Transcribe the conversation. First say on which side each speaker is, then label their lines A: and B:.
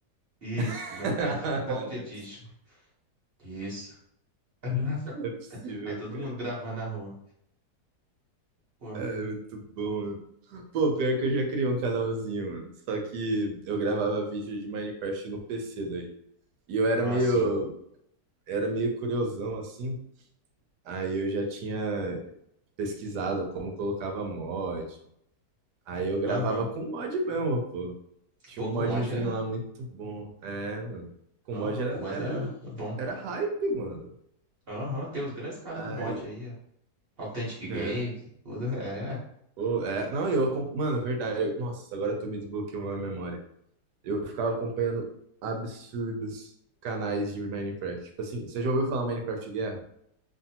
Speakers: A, on the right; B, on the right.
A: Isso,
B: <laughs>
A: Minecraft
B: Não
A: Pocket Edition.
B: é
A: Isso. <laughs>
B: não é possível,
A: Aí todo
B: cara.
A: mundo gravando na rua. Pô,
B: É muito bom, mano. Pô, pior que eu já criei um canalzinho, mano. Só que eu gravava vídeo de Minecraft no PC daí. E eu era
A: ah,
B: meio,
A: sim.
B: era meio curiosão, assim. Aí eu já tinha pesquisado como colocava mod, Aí eu gravava
A: Aham.
B: com mod mesmo, pô. Tinha
A: Pô,
B: um
A: com
B: modzinho
A: mod é.
B: lá muito bom. É, mano. Com
A: Aham,
B: mod era,
A: com mod
B: era,
A: é é bom.
B: era hype, mano.
A: Aham, tem os grandes caras
B: Aí,
A: do mod aí. ó. Authentic
B: né?
A: Games, tudo. É.
B: Ô, é, não, eu, acom- mano, verdade. eu- nossa, agora tu me desbloqueou a memória. Eu ficava acompanhando absurdos canais de Minecraft. Tipo assim, você já ouviu falar Minecraft Guerra?